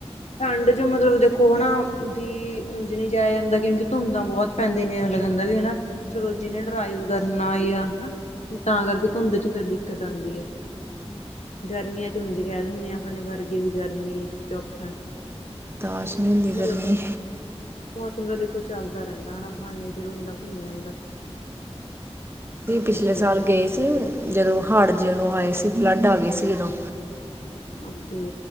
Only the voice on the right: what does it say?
ਹਾਂਜੀ
ਹਾਂਜੀ
ਹੂੰ।
ਬਰਦਾਸ਼ਤ ਨੀ ਹੁੰਦੀ
ਗਰਮੀ।
ਹੂੰ, ਅਸੀਂ ਵੀ
ਪਿਛਲੇ
ਸਾਲ
ਗਏ ਸੀ ਜਦੋਂ ਹਾੜ ਜਦੋਂ ਆਏ ਸੀ ਫਲੱਡ ਆ ਗਏ ਸੀ ਜਦੋਂ।